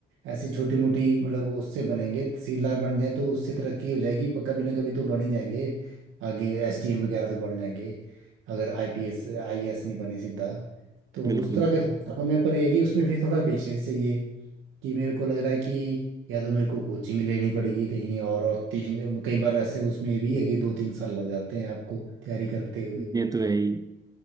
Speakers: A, on the right; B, on the right.
A: ऐसी छोटी मोटी मतलब उससे बनेंगे तहसीलदार बन जाए तो उससे तरक्की हो जाएगी पर कभी ना कभी तो बन ही जाएंगे आगे एसडीएम वगैरह तो बन जाएंगे अगर आईपीएस आईएएस नहीं बने सीधा तो
B: बिल्कुल
A: उस तरह के सोच रहा हूँ मैं पर ये है कि उसमें फिर थोड़ा पेशेंस चाहिए कि मेरे को लग रहा है कि या तो मेरे को कोचिंग लेनी पड़ेगी कहीं और और तीन कई बार ऐसे उसमें ये भी है कि दो तीन साल लग जाते हैं आपको तैयारी करते हुए
B: ये तो है ही